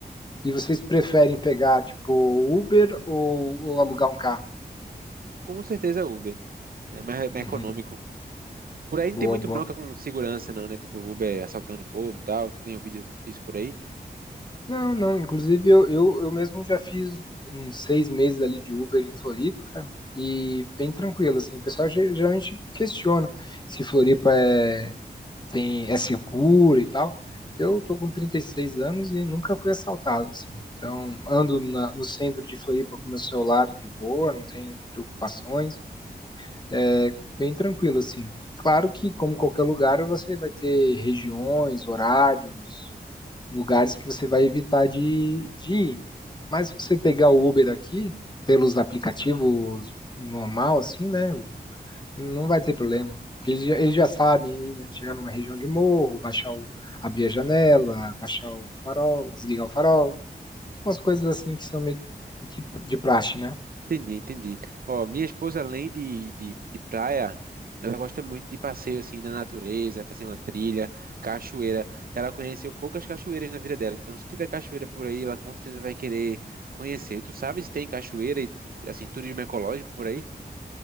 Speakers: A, on the left; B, on the right.
A: E vocês preferem pegar, tipo, Uber ou, ou alugar um carro?
B: Com certeza, Uber. É mais, é mais
A: Uhum.
B: econômico. Por aí
A: Boa,
B: não tem muito
A: boa.
B: bronca com segurança, não, né? Tipo, Uber assaltando o povo e tal. Tu tem ouvido isso por aí?
A: Não, não. Inclusive, eu, eu, eu mesmo já fiz uns seis meses ali de Uber em Floripa e bem tranquilo, assim. O pessoal ge- geralmente questiona se Floripa é, tem, é seguro e tal. Eu tô com 36 anos e nunca fui assaltado, assim. Então, ando na- no centro de Floripa com meu celular de boa, não tenho preocupações. É bem tranquilo, assim. Claro que, como qualquer lugar, você vai ter regiões, horários, lugares que você vai evitar de, de ir. Mas se você pegar o Uber aqui, pelos aplicativos normal, assim, né? o- Não vai ter problema. Porque eles já, eles já sabem, né? Chegar numa região de morro, baixar o, abrir a janela, baixar o farol, desligar o farol, umas coisas assim que são meio que que de praxe, né?
B: Entendi, entendi. Ó, minha esposa, além de, de, de praia, ela gosta muito de passeio assim na natureza, fazer uma trilha, cachoeira. Ela conheceu poucas cachoeiras na vida dela, então se tiver cachoeira por aí, ela com certeza vai querer conhecer. Tu sabe se tem cachoeira e assim turismo ecológico por aí?